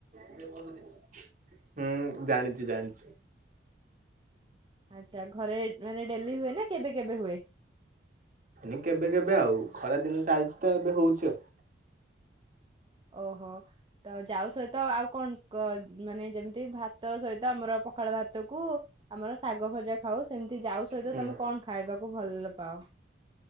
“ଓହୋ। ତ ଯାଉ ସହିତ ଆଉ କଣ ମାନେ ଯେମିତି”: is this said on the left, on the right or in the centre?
Right